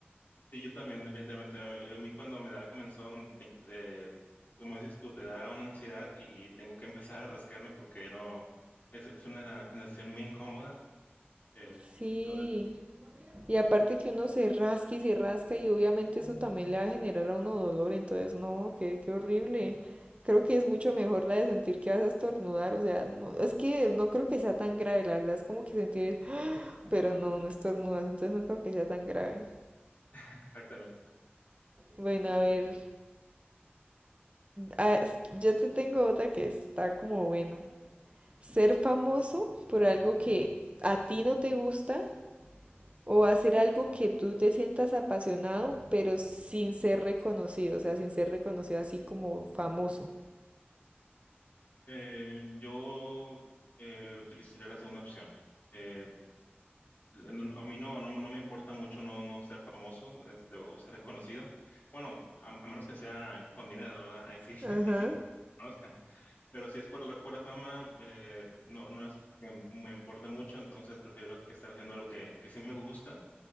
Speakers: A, on the left; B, on the right.
A: Sí, yo también, definitivamente. A a mí cuando me da comenzón, te- eh, como dices tú, te da una ansiedad y tengo que empezar a rascarme porque no, es, es una sensación muy incómoda. Este,
B: Sí.
A: entonces,
B: Y aparte que uno se rasca y se rasca y obviamente eso también le va a generar a uno dolor, entonces no, qué, qué horrible. Creo que es mucho mejor la de sentir que vas a estornudar, o sea, no, es que no creo que sea tan grave, la verdad, es como que sentir el, <gasps> pero no, no estornudas, entonces no creo que sea tan grave.
A: <laughs> exactamente.
B: Bueno, a ver, ah, yo te tengo otra que está como buena. Ser famoso por algo que a ti no te gusta, O hacer algo que tú te sientas apasionado, pero sin ser reconocido, o sea, sin ser reconocido así como famoso.
A: Eh, yo eh, utilizaría la segunda opción. eh, no- A mí no, no, no me importa mucho no, no ser famoso este, o ser reconocido. Bueno, a, a menos que sea con dinero, ¿verdad? Ahí sí, <laughs>
B: Ajá,
A: ahí sí que me conozcan. Pero si es por la pura fama, eh, no, no es que me importe mucho, entonces prefiero estar haciendo algo que, que sí me gusta,